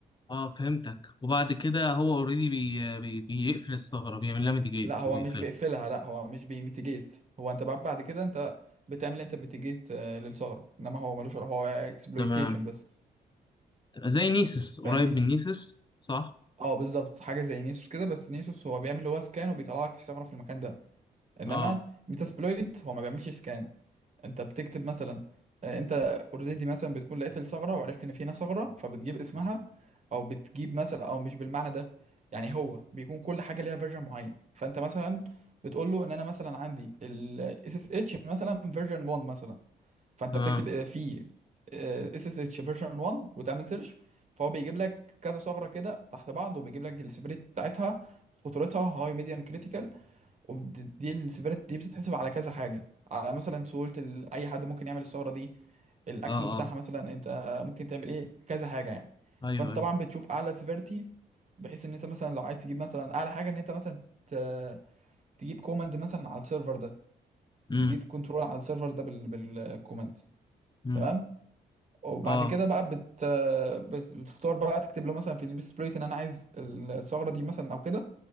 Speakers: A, on the left (about 25°); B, on the right (about 40°).
A: اه فهمتك وبعد كده هو اوريدي بي بي بيقفل الثغره بيعمل لها ميتيجيت
B: لا هو
A: وبيقفلها
B: مش بيقفلها لا هو مش بيميتيجيت هو انت بعد بعد كده انت بتعمل انت ميتيجيت للثغره انما هو ملوش علاقة، هو اكسبلويتيشن
A: تمام
B: بس
A: زي نيسس قريب
B: فاهمني
A: من نيسس صح
B: اه بالظبط حاجه زي نيسوس كده بس نيسوس هو بيعمل هو سكان وبيطلع لك في ثغره في المكان ده انما
A: اه
B: ميتاسبلويت هو ما بيعملش سكان انت بتكتب مثلا آه، انت اوريدي مثلا بتكون لقيت الثغره وعرفت ان في هنا ثغره فبتجيب اسمها او بتجيب مثلا او مش بالمعنى ده يعني هو بيكون كل حاجه ليها فيرجن معين فانت مثلا بتقول له ان انا مثلا عندي ال اس اس اتش مثلا فيرجن 1 مثلا فانت
A: تمام
B: بتكتب آه، في اس اس اتش فيرجن 1 وتعمل سيرش فهو بيجيب لك كذا ثغره كده تحت بعض وبيجيب لك السيفيريتي بتاعتها خطورتها هاي ميديوم كريتيكال ودي السيفيريتي دي بتتحسب على كذا حاجة على مثلا سهولة ال- أي حد ممكن يعمل الثغرة دي الأكسس
A: اه
B: بتاعها
A: اه
B: مثلا أنت ممكن تعمل إيه كذا حاجة يعني
A: ايوه
B: فأنت
A: ايوه
B: طبعا بتشوف أعلى سيفيريتي بحيث إن أنت مثلا لو عايز تجيب مثلا أعلى حاجة إن أنت مثلا ت- تجيب كوماند مثلا على السيرفر ده
A: امم
B: تجيب كنترول على السيرفر ده بال... بالكوماند
A: امم
B: تمام وبعد
A: اه
B: كده بقى بت... بت- بتختار بقى تكتب له مثلا في البيس بليت إن أنا عايز الثغرة دي مثلا أو كده